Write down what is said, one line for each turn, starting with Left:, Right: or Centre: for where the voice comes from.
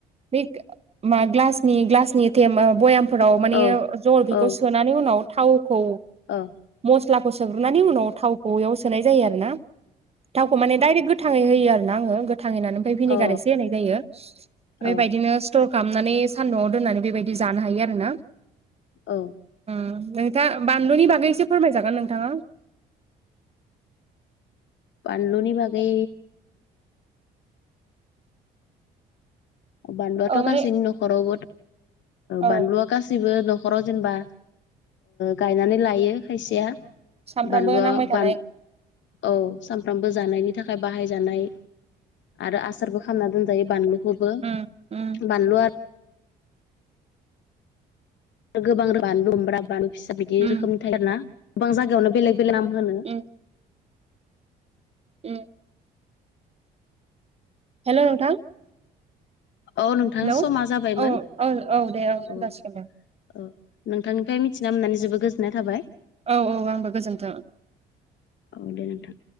Right: बे मा ग्लासनि ग्लासनि थेमा बयाम फोराव माने
Left: औ
Right: जलफिखौ
Left: औ
Right: सोनानै उनाव थावखौ
Left: औ
Right: मस्लाखौ सोग्रोनानै उनाव थावखौ एयाव सोनाय जायो आरोना थावखौ माने डाइरेक गोथाङै होयो आरोना आङो, थाङै होनानै ओमफ्राय भिनिगार
Left: औ
Right: एसे होनाय जायो बे बेबायदिनो
Left: औ
Right: स्टर, खालामनानै सान्दुङाव दोननानै बेबायदि जानो हायो आरो ना
Left: औ
Right: ओम नोंथाङा बानलुनि बागै एसे फोरमायजागोन नोंथाङा,
Left: बानलुनि बागै बानलुआथ'
Right: औ माने
Left: गासिनि न'खरावबो
Right: औ
Left: बानलुआ गासिबो न'खराव जेनेबा गायनानै लायो। खायसेया
Right: सामफ्रामबो
Left: बानलुआ
Right: नांबाय थानाय
Left: औ सामफ्रामबो जानायनि थाखाय बाहायजानाय आरो आसारबो खालामना दोनजायो बानलुखौ
Right: उम उम
Left: बानलुआ आरो गोबां रोखोम बानलुु बमब्रा, बानलु फिसा बिदि
Right: उम
Left: रोखोमनि थायो आर ना गोबां जायगायावनो बेलेग बेले नाम होनो।
Right: उम औ हेलौ नोंथां।
Left: औ नोंथां
Right: हेल'
Left: समा जाबायमोन
Right: औ औ औ दे दोनजासिगोन
Left: औ
Right: दे।
Left: औ नोंथांनिफ्राय मिथिना मोननानै जोबोद गोजोननाय थाबाय।
Right: औ औ आंबो गोजोन्थों।
Left: अ दे नोंथां।